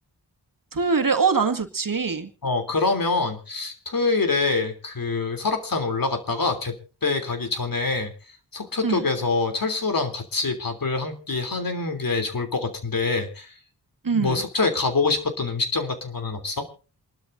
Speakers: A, on the right (about 55°); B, on the left (about 55°).
A: 토요일에 어 나는 좋지.
B: 어, 그러면 토요일에 그 설악산 올라갔다가 갯배 가기 전에 속초
A: 응,
B: 쪽에서 철수랑 같이 밥을 한 끼 하는 게 좋을 것 같은데 뭐
A: 응.
B: 속초에 가보고 싶었던 음식점 같은 거는 없어?